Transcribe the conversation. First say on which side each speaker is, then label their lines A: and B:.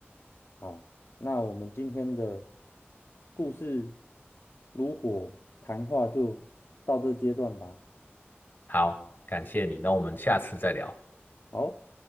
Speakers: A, on the left; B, on the left.
A: 好，那我们今天的故事炉火谈话就到这阶段吧。
B: 好，感谢你，那我们下次再聊。
A: 好。